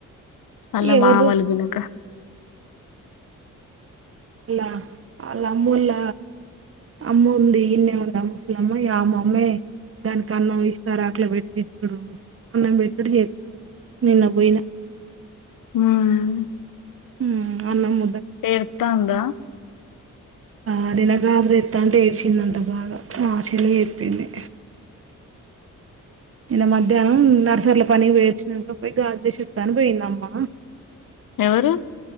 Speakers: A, on the left; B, on the right.
A: అలా
B: ఎవరు
A: మా
B: చూసు
A: వాల్ దినుకా
B: ఇలా వాళ్లమ్మాళ్ల అమ్మ ఉంది ఇన్ని ఉందా ముస్లిమ్మా అమమ్మ్మే దానికి అన్నం ఇస్తారు అట్లా పెట్టి చుడు అన్నం పెట్టుడు చేస్తా నిన్న పోయినా
A: ఉమ్,
B: ఉమ్ అన్నమ్
A: ఏర్తాంద
B: ఆ దినగ రెత్త అంటే ఏర్సిందట బాగా మా చెల్లి చెప్పింది నిన మధ్యాహ్నం నర్సరీలో పని పోేయిచ్చినాక పోయి గాజ్లే చస్తాని పోయింద అమ్మా
A: ఎవరు